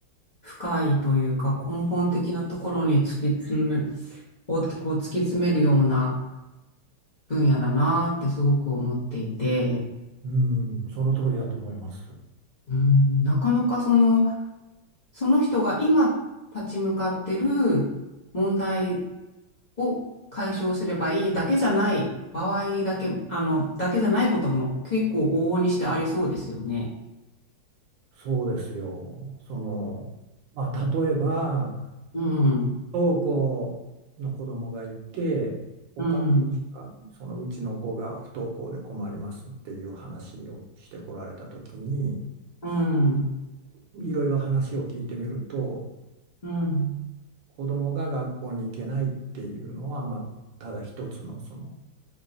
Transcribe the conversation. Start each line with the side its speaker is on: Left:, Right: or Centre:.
Left: 深いというか、根本的なところに突き詰め、をこう突き詰めるような分野だなーってすごく思っていて、
Right: うん、その通りだと思います。
Left: うん、なかなかその、その人が今立ち向かってる問題を解消すればいいだけじゃない場合だけ、あの、だけじゃないことも結構往々にしてありそうですよね。
Right: そうですよ。その、まあ、例えば、
Left: うん、
Right: 不登校の子供がいて、お母
Left: うん、
Right: さんが、そのうちの子が不登校で困りますっていう話をしてこられた時に、
Left: うん、
Right: いろいろ話を聞いてみると、
Left: うん。
Right: 子供が学校に行けないっていうのは、まあ、ただ一つのその